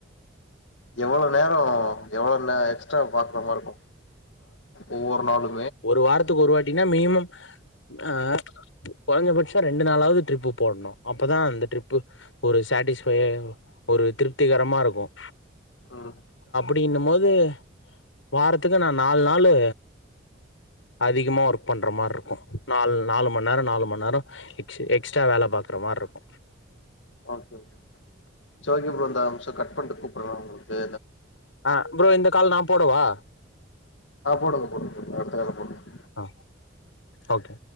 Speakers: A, on the left; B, on the left.
A: எவ்ளோ நேரம் எவ்ளோ எக்ஸ்ட்ரா பாக்குற மாறி இருக்கும் ஒவ்வொரு நாளுக்கும்
B: ஒரு வாரத்துக்கு ஒரு வாட்டினா மினிமம் ஆஹ் குறைந்தபட்சம் ரெண்டு நாளாது ட்ரிப் போடணும் அப்பதான் அந்த ட்ரிப்பு ஒரு சேட்டிஸ்ஃபை ஒரு திருப்திகரமா இருக்கும்
A: உம்
B: ன்னுமோது வாரத்துக்கு நா நால் நாலு அதிகமா ஒர்க் பண்ற மார் இருக்கும் நால் நாலு மண் நேரம் நாலு மண் நெரம் எக்ஸு எக்ஸ்ட்ரா வேல பாக் ற மார் இருக்கும்
A: ஓகே ப்ரோ செர் ஓகே ப்ரோ இந்தெ ஒரும்ச கட் பண்டு கூப்பற்ற ஒங்லுக்கு
B: ஆஹ் ப்ரோ இந்த கால் நா போடவா
A: ஆஹ் போடுங்க போடுங்க போடுங்க அடுத்த கால் போட்டுங்க
B: ஆ ஓகே